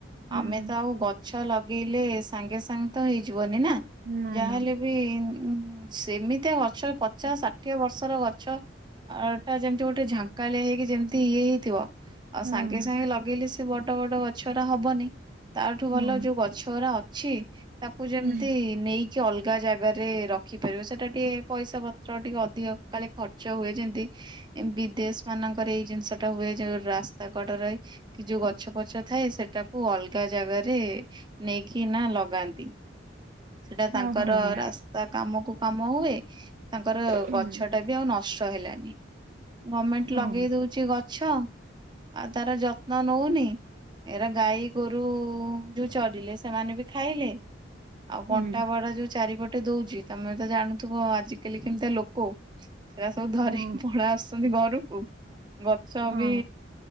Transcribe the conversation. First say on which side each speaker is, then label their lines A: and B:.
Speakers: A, on the right; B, on the right.
A: ହୁଁ।
B: ଆମେ ତ ଆଉ ଗଛ ଲଗେଇଲେ ସାଙ୍ଗେ ସାଙ୍ଗେ ତ ହେଇଯିବନି ନା?
A: ନା
B: ଯାହାହେଲେ
A: ନା
B: ବି ଉ ସେମିତିଆ ଗଛ ପଚାଶ ଷାଠିଏ ବର୍ଷର ଗଛ ଅ ଟା ଯେମିତି ଗୋଟେ ଗୋଟେ ଝାଙ୍କାଳିଆ ହେଇକି ଯେମିତି ଇଏ ହେଇଥିବ ଆଉ
A: ହୁଁ
B: ସାଙ୍ଗେ ସାଙ୍ଗେ ଲଗେଇଲେ ସେ ବଡ ବଡ ଗଛଗରା ହବନି। ତାଠୁ ଭଲ
A: ନା
B: ଯୋଉ ଗଛ ଗଡା ଅଛି ତାକୁ ଯେମିତି
A: ହୁଁ
B: ନେଇ କି ଅଲଗା ଜାଗାରେ ରଖିପାରିବ ସେଟା ଟିକେ ପଇସା ପତ୍ର ଟିକେ ଅଧିକ କାଳେ ଖର୍ଚ୍ଚ ହୁଏ ଯେମିତି। ବିଦେଶ ମାନଙ୍କର ଏଇ ଜିନିଷଟା ହୁଏ ଯେଉଁ ରାସ୍ତା କଡ଼ରେ କି ଯୋଉ ଗଛ ପଛ ଥାଏ ସେଟାକୁ ଅଲଗା ଜାଗାରେ ନେଇକି ନା ଲଗାନ୍ତି। ସେଟା
A: ହଁ
B: ତାଙ୍କର
A: ହଁ ହଁ
B: ରାସ୍ତା କାମକୁ କାମ ହୁଏ ତାଙ୍କର
A: ହୁଁ।
B: ଗଛଟା ବି ବି ଆଉ ନଷ୍ଟ ହେଲାନି। ଗମେଣ୍ଟ
A: ହଁ
B: ଲଗେଇ ଦଉଛି ଗଛ ଆଉ ତାର ଯତ୍ନ ନଉନି। ଏରା ଗାଈ ଗୋରୁ ଯୋଉ ଚଳିଲେ ସେମାନେ ବି ଖାଇଲେ। ଆଉ କଣ୍ଟା
A: ହୁଁ
B: ବାଡ ଯୋଉ ଚାରିପଟେ ଦଉଛି। ତମେ ତ ଜାଣୁଥିବ ଆଜିକାଲି କେମିତି ଲୋକ ସେଟା ସବୁ ଧରିକି
A: ହଁ
B: ଆସଛନ୍ତି ଘରକୁ ଗଛ
A: ହଁ
B: ବି